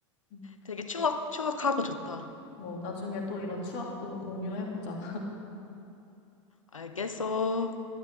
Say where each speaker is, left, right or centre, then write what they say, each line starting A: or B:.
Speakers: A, on the left (about 50°); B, on the left (about 85°).
A: 음.
B: 되게 추억, 추억하고 좋다.
A: 어 나중에 또 이런 추억도 공유해보자
B: 알겠어.